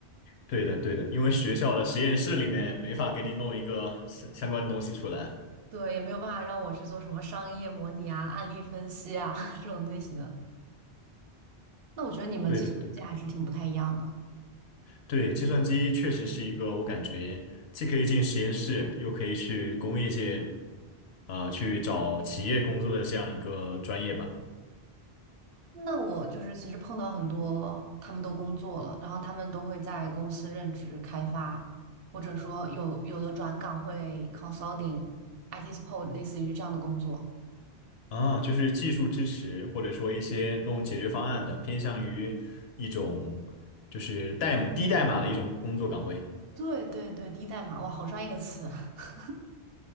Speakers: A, on the left (about 70°); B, on the right (about 65°).
A: 对的对的，因为学校的实验室里面没法给你弄一个相相关的东西出来。
B: 对，也没有办法让我去做什么商业模拟啊、案例分析啊 <laughs> 这种类型的。那我觉得你们计算机还是挺不太一样的。
A: 对的对的，对，计算机确实是一个我感觉既可以进实验室，又可以去工业界，呃，去找企业工作的这样一个专业吧。
B: 那我就是其实碰到很多，他们都工作了，然后他们都会在公司任职开发，或者说有有的转岗会 consulting、IT support，类似于这样的工作。
A: 啊，就是技术支持，或者说一些弄解决方案的，偏向于一种就是代低代码的一种工作岗位。
B: 对对对，低代码，哇，好专业的词，<laughs>